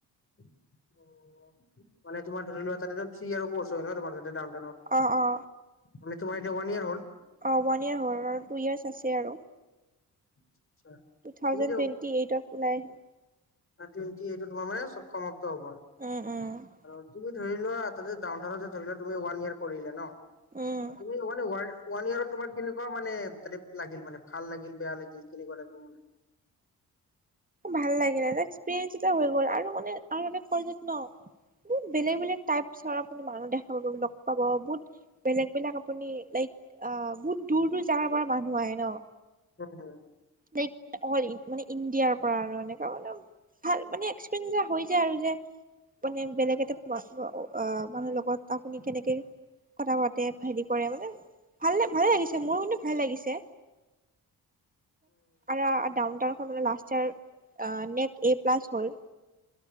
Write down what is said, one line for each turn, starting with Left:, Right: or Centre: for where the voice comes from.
Left: অ মানে তোমাৰ ধৰি লোৱা তাতে থ্ৰী ইয়ৰৰ ক'ৰ্চ হয় ন তোমাৰ তাতে ডাউনটাউন অত,
Right: অ অ।
Left: মানে তোমাৰ এতিয়া ৱান ইয়াৰ হ'ল?
Right: অ ওৱান ইয়োৰ হল টু ইয়েৰ্চ আছে আৰু
Left: <inaudible>
Right: টু থাউজেণ্ড
Left: তুমি
Right: টুৱেটি এইটত উলাই আহিম।
Left: টুৱেটি এইটত তোমাৰ মানে সমাপ্ত হব আৰু
Right: উম উম
Left: তুমি ধৰি লোৱা তাতে ডাউন টাউনতে ধৰি লোৱা তুমি ৱান য়াৰ কৰিলা ন,
Right: উম
Left: তুমি ওৱান ইয়াৰত তোমাৰ কেনেকুৱা মানে লাগিল মানে ভাল লাগিল বেয়া লাগিল কেনেকুৱা টাইপৰ মানে।
Right: ভাল লাগিল ন এক্সপিৰিয়েঞ্চ এটা হৈ গ'ল আৰু মানে আৰু এটা <unintelligible> বহুত বেলেগ বেলেগ টাইপছৰ আপুনি মানুহ দেখা পাব লগ পাব বহুত। বেলেগ বেলেগ আপুনি লাইক আহ বহুত দূৰ দূৰ জগাৰ পৰা মানুহ আহে ন।
Left: উম হু।
Right: লাইক অ মানে ইণ্ডিয়াৰ পৰা আৰু এনেকা মানে। ভাল মানে এক্সপে হৈ যায় আৰু যে মানে বেলেগ এটা আ মানে লগত আপুনি কেনেকে কথা পাতে হেৰি কৰে মানে। ভাল ভালে লাগিছে মোৰ মানে ভাল লাগিছে। আৰা ডাউনটাউন খন মানে লাষ্ট ইয়ৰ আ নেক এ প্লাছ হল।